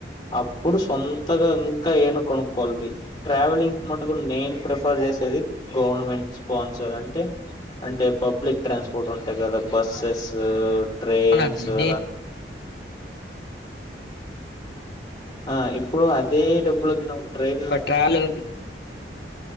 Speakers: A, on the left; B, on the left.
A: అప్పుడు సొంతగా ఇంకా ఏదైనా కొనుక్కోవాలి పోయి ట్రావెలింగ్ కి మటుకు నేను ప్రిఫర్ చేసేది గవర్నమెంట్ స్పాన్సర్ అంటే అంటే పబ్లిక్ ట్రాన్స్పోర్ట్ ఉంటాయి కదా బస్సెస్ ట్రైన్స్
B: అవునండి. నేను
A: అలా ఆ ఇప్పుడు అదే డబ్బులకి నువ్వు ట్రైన్
B: కాల్ ఉంది